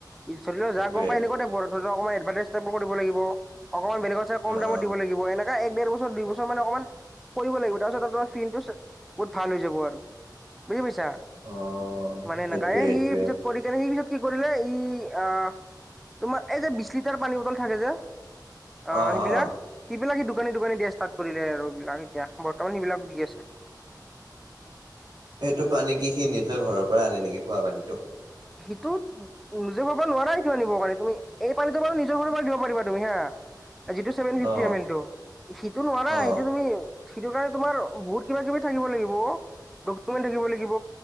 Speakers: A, in the centre; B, on the right.
A: পল ও
B: সেইটোৱে
A: য গম পায় সেনেুৱা থাককমান এডভাৰটাইজ টাইো কৰিব লাগিব। অকণমান বেলেগত চাই কম
B: অ
A: দামত
B: অ
A: দিব লাগিব এনে এক ডেৰ বছৰ দুই বছৰ মানে অকণমান কৰিব লাগিব তাৰপিছত আৰু তাৰ ফিনটো বহুত ভাল হৈ যাব আৰু বুজি পাইছা
B: অ
A: মানে
B: সেইটোৱে
A: নাকায়ে
B: সেইটোৱে
A: সি কৰি কেনে সেই পিছত কি কৰিলে ই আহ তোমাৰ এই যে বিশ লিটাৰ পানী বটল থাকে যে অ
B: অ
A: সেইবিলাক
B: অ
A: কি বিলাক সি দোকানী দোকানী দিয়া ষ্টাট কৰিলে আৰু সেইবিলাক এতিয়া বৰ্তমান সেইবিলাক ভুগি আছে।
B: সেইটো পানী কি সি নিজৰ ঘৰৰ পৰা আনে নেকি, খোৱা পানীটো।
A: <unintelligible> নিজৰ ঘৰৰ পৰা নোৱাৰা সেইটো আনিব কাৰণে তুমি, এই পানীটো বাৰু নিজৰ ঘৰৰ পৰা দিব পাৰিবা তুমি হা। যিটো ছেভেন ফিফটি
B: অ
A: এম এল টো, সিটো নোৱাৰা,
B: অ
A: সেইটো তুমি সেইটো কাৰণে তোমাৰ বহুত কিবা কিবি থাকিব লাগিব ও। ডকুমেণ্ট থাকিব লাগিব,